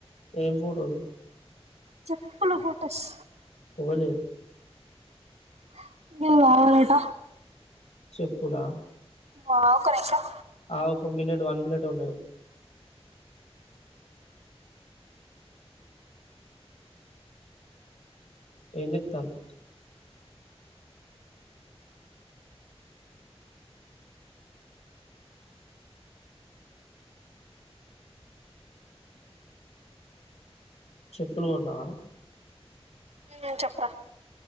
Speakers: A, on the left; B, on the right.
A: ఏం ఫోటోలు
B: చెప్పులు ఫోటోస్
A: ఓవలయి
B: <unintelligible> కావాలాట
A: చెప్పులా
B: ఆ ఒక్క నిమిషం
A: ఆ ఒక మినిట్ వన్ మినిట్ ఎ ఉన్నది ఏం చేతల్లు చెప్పులు కొన్నావా
B: ఊ చెప్పరా